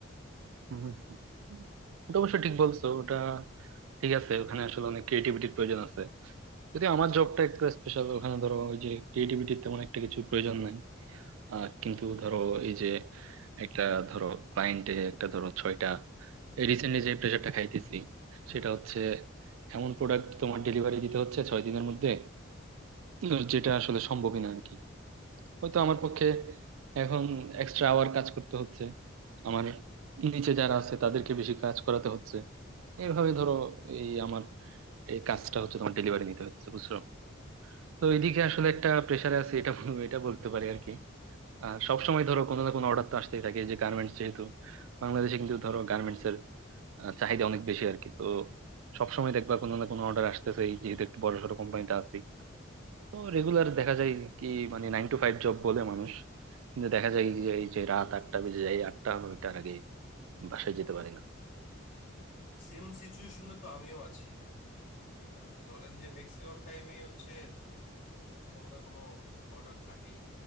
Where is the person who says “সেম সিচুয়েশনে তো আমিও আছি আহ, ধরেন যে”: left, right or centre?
Left